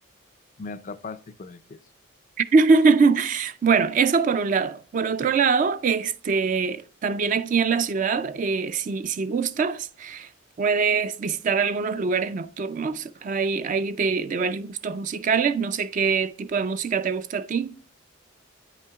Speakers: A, on the left; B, on the right.
A: me atrapaste con el queso.
B: <laughs> Bueno, eso por un lado. Por otro lado, este, también aquí en la ciudad, eh, si, si gustas. Puedes visitar algunos lugares nocturnos. Hay, hay de, de varios gustos musicales. No sé qué tipo de música te gusta a ti.